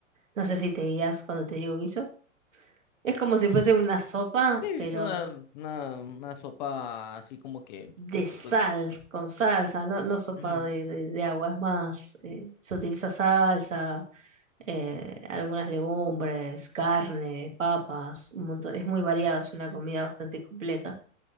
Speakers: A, on the right (about 75°); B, on the left (about 35°).
A: no sé si te guías cuando te digo guiso, es como si fuese una sopa,
B: Sí,
A: pero
B: hice una, una, una sopa así como que,
A: de sal,
B: pues,
A: con salsa, no, no sopa
B: ujú,
A: de, de- de agua, es más, eh, se utiliza salsa eh, algunas legumbres, carne, papas, un montón. Es muy variado, es una comida bastante completa.